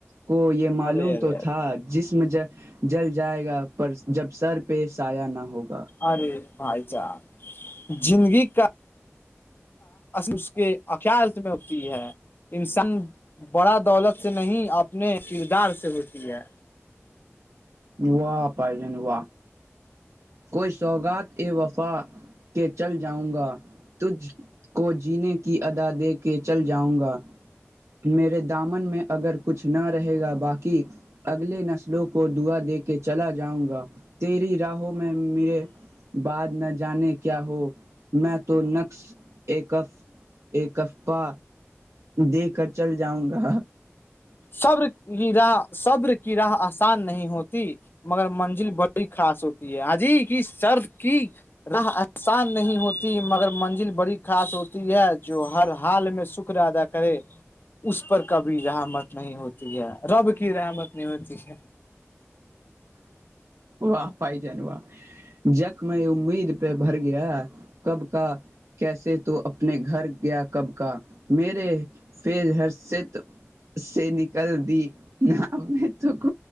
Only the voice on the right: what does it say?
کو یہ معلوم
تو
تھا جسم ج جل جائے گا پر جب سر پہ سایہ نہ ہوگا
و پائی جن و کوئی سوگات ا وفا کہ چل جاؤں گا تجھ کو جینے کی ادا دے کے چل جاؤں گا میرے دامن میں اگر کچھ نہ رہے گا باقی اگر لے نسلوں کو دعا دے کے چلا جاؤں گا تیری چاہو میں میرے بعاتد نہ جان کے کیا ہو میں تو نقس ایکف ایکفپا دیکھ کر چل جاؤں گا
واہ پائ جان واہ جک میں امید پہ بھر گیا کب کا کیسے تو اپنے گھر گیا کب کا میرے ف ہرشت سے نکل دی ن میں تو ک